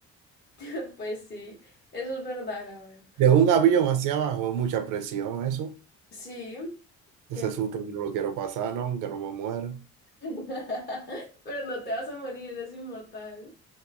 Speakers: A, on the left; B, on the right.
A: <laughs> Pues sí, eso es verdad, la verdad.
B: De un avión hacia abajo es mucha presión eso.
A: Sí,
B: Ese
A: que...
B: susto yo no lo quiero pasar, no, que no me muera.
A: <laughs> pero no te vas a morir, eres inmortal.